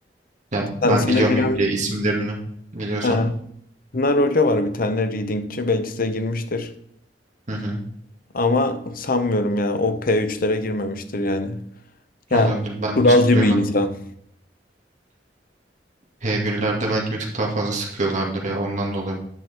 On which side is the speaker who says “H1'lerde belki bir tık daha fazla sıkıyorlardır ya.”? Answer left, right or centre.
Right